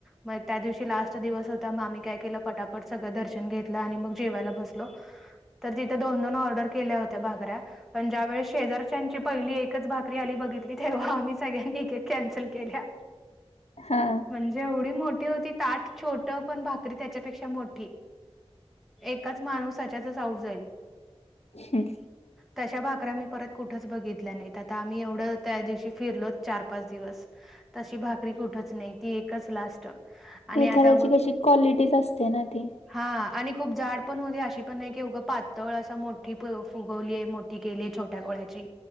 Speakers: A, in the centre; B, on the left.
A: म त्या दिवशी लास्ट दिवस होता. मग आम्ही काय केलं? पटापट सगळं दर्शन घेतलं आणि मग जेवायला बसलो. तर तिथ दोन दोन ऑर्डर केल्या होत त्या भाकऱ्या. पण ज्या वेळी शेजारच्याची पहिली एकच भाकरी आली, बघितली. तेव्हा आम्ही सगळनी एक एक कॅन्सल केल्या.
B: हा
A: म्हणजे एवढी मोठी होती, ताट छोट पण भाकरी त्याच्यापेक्षा मोठी. एकाच माणूस तेच्यातच आऊट जाईल.
B: <unintelligible>
A: तशा भाकऱ्या मी परत कुठंच बघितल्या नाहीत. आता आम्ही एवढं त्या दिवशी फिरलो चार पाच दिवस तशी भाकरी कुठच नाही, ती एकच लास्ट. आणि
B: एखाद्याची
A: आता
B: कशी क्वालिटीच असते ना ती.
A: हा आणि खूप जाड पण होते अशी पण नाही की उगं पातळ असं मोठी पू फुगवलीय मोठी केली छोट्या गोळ्याची,